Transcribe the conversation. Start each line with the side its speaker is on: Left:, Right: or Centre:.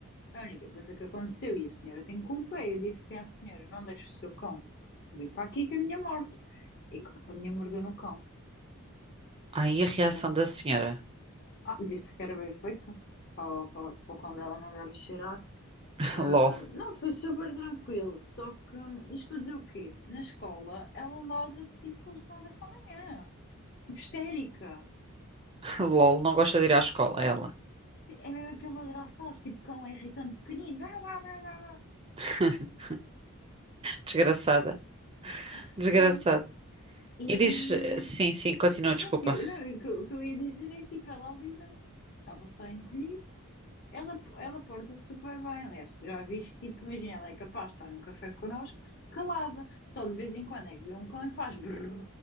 Left: A única coisa que aconteceu, e a senhora tem culpa, é eu disse assim à senhora: não deixe o seu cão vir para aqui que a minha morte. E claro que a minha mordeu no cão.
Right: Ai, a reação
Left: Se tivesse-
Right: da senhora.
Left: Ah, disse que era bem feito, para, para, para o cão dela não dar a cheirar.
Right: <laughs>
Left: Ah,
Right: LOL,
Left: não, foi super tranquilo, só que hum, isto para dizer o quê? Na escola ela ladra tipo como se não houvesse amanhã, tipo histérica.
Right: LOL, não gosta de ir à escola, é ela.
Left: Sim, é mesmo aquele ladrar sabes, tipo cão é irritante pequenino. Blá, blá, blá, blá, blá.
Right: <laughs> Desgraçada,
Left: Yeah. <laughs>
Right: desgraçada.
Left: Pronto. E
Right: E diz,
Left: hum,
Right: eh, sim, sim, continua, desculpa.
Left: pronto, eu, não, eu- o que eu o que eu ia dizer é que tipo, ela ali não, estava só encolhida. Ela, ela porta-se super bem, aliás, tu já viste, tipo, imagina, ela é capaz de estar num café connosco, calada, só de vez em quando é que vê um cão e faz brrr,